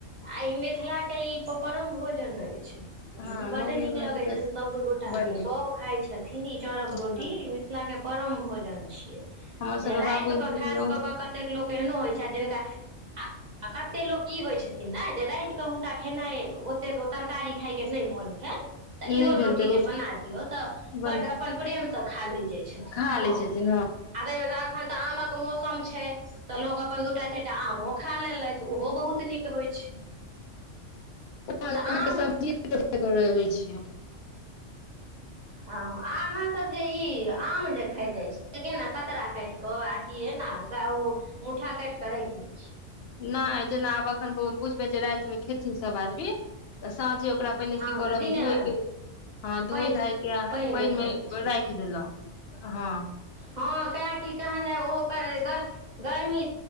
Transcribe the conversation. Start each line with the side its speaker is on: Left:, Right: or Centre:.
Right: आ ई मिथिलाके ई परम भोजन अछि
Left: हँ
Right: ई भी बड्ड
Left: मौगी
Right: नीक
Left: माटि
Right: लगैत
Left: के
Right: छनि सभगोटा
Left: बड़
Right: के
Left: नीक
Right: सभ खाइ छथिन ई चाउरक रोटी
Left: हूँ
Right: मिथिला के परम भोजन छियै
Left: हमर
Right: जे
Left: सबके
Right: रात
Left: बाबूजी
Right: कऽ
Left: छथिन
Right: खास
Left: ओ
Right: कऽ कऽ कतेक लोक एहनो होइ छथि जिनका आ आ कतेक लोक ई होइत छथिन ने जे रात कऽ हुनका खेनाइ ओतेक ओ तरकारी खाय के नहि मोन भेल त इहो
Left: नहि भेल
Right: रोटी
Left: तऽ
Right: जे बना दियो तऽ
Left: बन
Right: बड्ड अपन प्रेम से खा ले जाए छथिन
Left: खा
Right: हँ
Left: लै छथिन हँ
Right: आ तइमै अखन तऽ आमक मौसम छै त लोग अपन दूटा चार टा आमो खा लेलथि उहो बहुत निक होई छै
Left: अहाँके
Right: तऽ आम
Left: सब्जीबै छ <unintelligible>
Right: आ अहाँ सब जे ई आम जे जाइ छै कतरा काटि कऽ आ की ने ओ मुठा काट के राखि दै छियै
Left: नहि जेना आब अखन बुझबै जे राति मे खेथिन सब आदमी तऽ साँझे ओकरा पहिने
Right: हँ
Left: की करब
Right: तऽ दिनेमे
Left: धोइके हाँ धोए
Right: पानि
Left: धायके
Right: पानिमे
Left: पानि
Right: धऽ
Left: मे
Right: दै
Left: राखि देलहुँ हाँ
Right: हाँ काहकि कहने ओ ओकर गर्मी